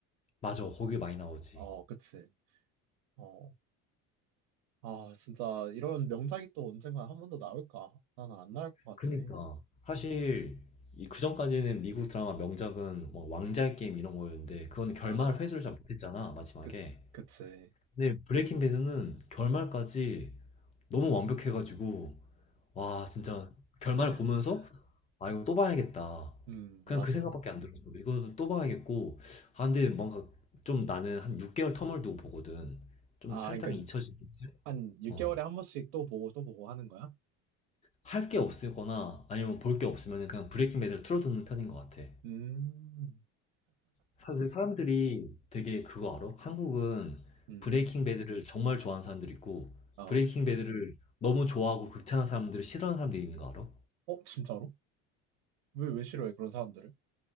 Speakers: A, on the left; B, on the right.
A: 맞아, 거기 많이 나오지.
B: 어, 그치. 어. 아, 진짜 이런 명작이 또 언젠가 한 번 더 나올까? 나는 안 나올 것
A: 그니까
B: 같아.
A: 사실 이 그전까지는 미국 드라마 명작은 뭐 왕자의 게임 이런 거였는데 그건 결말
B: 아,
A: 회수를 잘 못했잖아 마지막에
B: 그치, 그치.
A: 근데 브레이킹 배드는 결말까지 너무 완벽해가지고 와 진짜 결말을
B: <laughs>
A: 보면서 아 이거 또 봐야겠다
B: 음,
A: 그냥
B: 맞아.
A: 그 생각밖에 안 들었어 이거 또 봐야겠고 아 근데 뭔가 좀 나는 한 6개월 텀을 두고 보거든 좀
B: 아,
A: 살짝
B: 그러니까 이-
A: 잊혀지겠지?
B: 한 6개월에
A: 어
B: 한 번씩 또 보고 또 보고 하는 거야?
A: 할 게 없거나 아니면 볼 게 없으면 그냥 브레이킹 배드를 틀어두는 편인 것 같아
B: 음,
A: 사실 사람들이 되게 그거 알아? 한국은
B: 음,
A: 브레이킹 배드를 정말 좋아하는 사람들이 있고
B: 어.
A: 브레이킹 배드를 너무 좋아하고 극찬하는 사람들을 싫어하는 사람들이 있는 거 알아?
B: 어, 진짜로? 왜, 왜 싫어해, 그런 사람들을?